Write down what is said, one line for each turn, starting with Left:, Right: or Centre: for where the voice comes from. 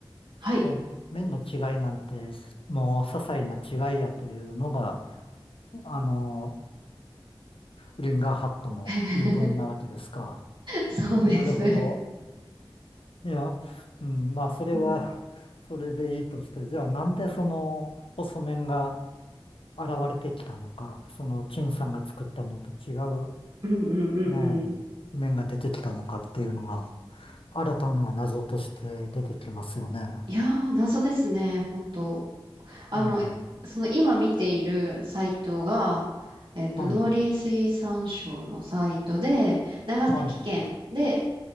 Right: はい。
Left: もう、麺の違いなんて、もう、些細な違いやというのが、あの、リンガーハットの言い分なわけですか。
Right: <laughs> そうです。
Left: なるほど。いや、うん、まあ、それは、
Right: うん。
Left: それでいいとして、じゃあなんでその細麺が現れてきたのか、その陳さんが作ったのと違う
Right: うんうんうんうん。
Left: ねえ、麺が出てきたのかっていうのが、新たな謎として出てきますよね。
Right: いやー、謎ですね、本当。あの、
Left: ええ、
Right: その今見ているサイトが、えっと、
Left: はい、
Right: 農林水産省のサイトで、長崎県で、
Left: はい、